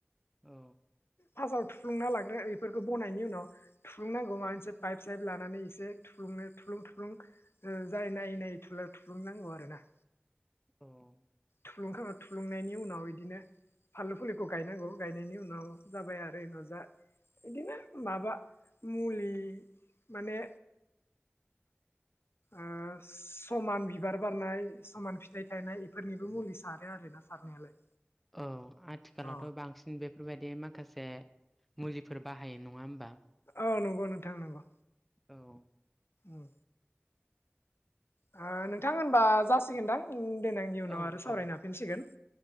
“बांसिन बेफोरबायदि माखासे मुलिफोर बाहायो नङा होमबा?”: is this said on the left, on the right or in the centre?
Centre